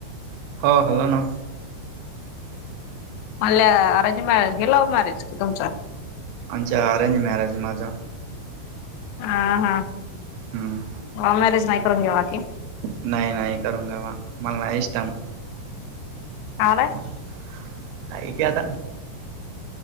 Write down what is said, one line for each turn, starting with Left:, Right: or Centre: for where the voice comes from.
Right: हो हलो ना.
Left: मल्या अरेंज मॅरेज की लव्ह मॅरेज की तुमचं?
Right: आमच्या अरेंज मॅरेज माझा.
Left: हा हा
Right: हम्म
Left: लव मॅरेज नाही करून घ्यावा की?
Right: नाही नाही करूगा घेवा. मला नाहीस टाईम.
Left: आलाय.
Right: काय ते आता